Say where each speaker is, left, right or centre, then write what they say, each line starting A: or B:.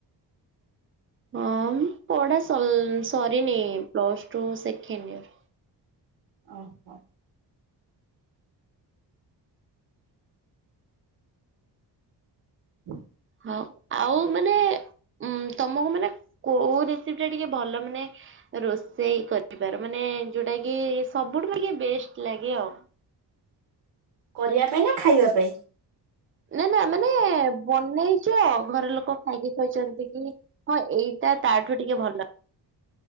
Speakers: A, on the right (about 30°); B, on the right (about 75°).
A: ହଁ ପଢା <unintelligible> ସରିନି ପ୍ଲସ ଟୁ ସେକେଣ୍ଡଇୟର।
B: ଓ ହୋ। <inaudible>
A: ହଁ ଆଉ ମାନେ। ଉଁ ତମକୁ ମାନେ କୋଉ ରେସିପି ଟା ଟିକେ ଭଲ ମାନେ ରୋଷେଇ କରିଥିବାର ମାନେ। ଉଁ ଯୋଉଟା କି ସବୁଠୁ ଲାଗେ ବେଷ୍ଟ୍ ଲାଗେ ଆଉ।
B: କରିବା ପାଇଁ ନା ଖାଇବା ପାଇଁ।
A: ନା ନା ମାନେ ବନେଇଛ ଘର ଲୋକ ଖାଇକି କହିଛନ୍ତି କି ହଁ ଏଇ ଏଇଟା ତାଠୁ ଟିକେ ଭଲ।